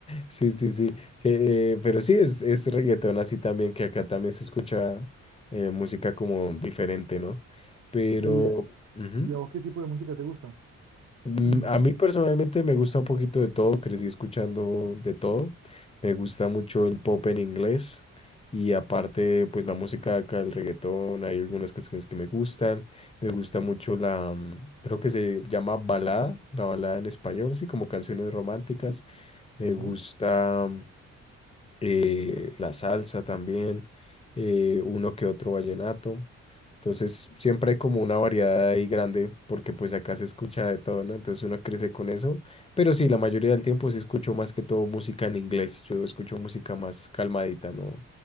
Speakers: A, on the left; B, on the right.
A: Sí, sí, sí. que, eh, pero sí, es, es reggaetón así también, que acá también se escucha eh, música como diferente, ¿no? Pero...
B: ¿Y, eh,
A: ujú.
B: ¿y a vos qué tipo de música te gusta?
A: Mm,
B: <clears throat>
A: A mí personalmente me gusta un poquito de todo, crecí escuchando de todo. Me gusta mucho el pop en inglés y aparte pues la música acá, el reggaetón, hay algunas canciones que me gustan. Me gusta mucho la, mm, creo que se llama balada, la balada en español, sí, como canciones románticas. Me
B: ¿Sí?
A: gusta mm, eh, la salsa también, eh, uno que otro vallenato. Entonces siempre hay como una variedad ahí grande porque pues acá se escucha de todo, ¿no? Entonces uno crece con eso. Pero sí, la mayoría del tiempo sí escucho más que todo música en inglés. Yo escucho música más calmadita, no,